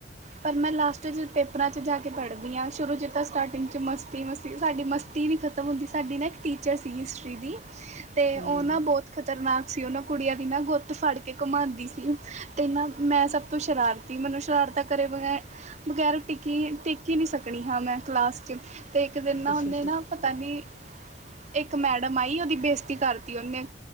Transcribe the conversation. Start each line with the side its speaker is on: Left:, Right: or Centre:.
Right: ਪਰ ਮੈਂ ਲਾਸਟ 'ਚ ਪੇਪਰਾਂ 'ਚ ਜਾ ਕੇ ਪੜ੍ਹਦੀ ਹਾਂ ਸ਼ੁਰੂ 'ਚ ਤਾਂ ਸਟਾਰਟਿੰਗ 'ਚ ਮਸਤੀ ਮਸਤੀ ਸਾਡੀ ਮਸਤੀ ਨਹੀਂ ਖ਼ਤਮ ਹੋਗੀ ਸਾਡੀ ਨਾ ਇੱਕ ਟੀਚਰ ਸੀ ਹਿਸਟਰੀ ਦੀ ਤੇ
Left: ਹਾਂਜੀ
Right: ਉਹ
Left: ਹਾਂਜੀ
Right: ਨਾ ਬਹੁੱਤ ਖ਼ਤਰਨਾਕ ਸੀ ਉਹਨਾਂ ਕੁੜੀਆਂ ਦੀ ਨਾ ਗੁੱਤ ਫੜ ਕੇ ਘੁੰਮਾਉਂਦੀ ਸੀ ਤੇ ਨਾਂ ਮੈਂ ਸਭ ਤੋਂ ਸ਼ਰਾਰਤੀ ਕਿ ਮਤਲਬ ਸ਼ਰਾਰਤਾ ਕਰੇ ਬਗੈਰ ਬਗ਼ੈਰ ਟਿੱਕੀ ਟਿੱਕ ਈ ਨੀ ਸਕਣੀ ਹਾਂ ਮੈਂ ਕਲਾਸ ਚੱ ਤੇ ਇੱਕ ਦਿਨ ਨਾ
Left: ਅੱਛਾ
Right: ਹੁੰਦੇ
Left: ਅੱਛਾ
Right: ਨਾ ਤਾ ਨੀ ਇੱਕ ਮੈਡਮ ਆਈ ਉਹਦੀ ਬੇਜ਼ਤੀ ਕਰਤੀ ਉਹਨੇ